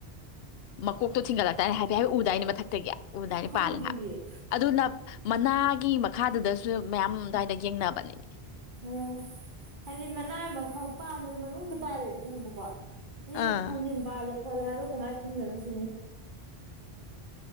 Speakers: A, on the left; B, on the right.
A: ꯃꯀꯣꯛꯇꯣ ꯊꯤꯡꯒꯠꯂꯛꯇꯥꯏꯅꯦ ꯍꯥꯏꯐꯦꯠ ꯍꯥꯏꯐꯦꯠ ꯗꯥꯥꯏꯅ ꯃꯊꯛꯇꯒꯤ ꯎꯗꯥꯏꯅꯦ
B: ꯈꯪꯗꯤꯌꯦ
A: ꯄꯥꯜꯂꯦ ꯍꯦꯞ ꯑꯗꯨ ꯅꯞ ꯃꯅꯥꯒꯤ ꯃꯈꯥꯗꯨꯗꯁꯨ ꯃꯌꯥꯝ ꯑꯗꯨꯋꯥꯏꯗ ꯌꯦꯡꯅꯕ <inaudible>
B: ꯎꯝ ꯍꯥꯏꯗꯤ ꯃꯅꯥꯏ ꯃꯈ ꯄꯥꯟꯕꯗꯤ ꯃꯅꯨꯡꯗ ꯄꯥꯜꯂꯦꯗꯤ ꯈꯪꯕꯀꯣ ꯏ
A: ꯑꯥ
B: ꯊꯥꯡꯖꯤꯡꯄꯥꯜꯂꯦ ꯈꯣꯠꯂꯛꯑꯒ ꯀꯃꯥꯏꯅ ꯈꯪꯗꯣꯏꯅꯣ ꯁꯤꯅꯦ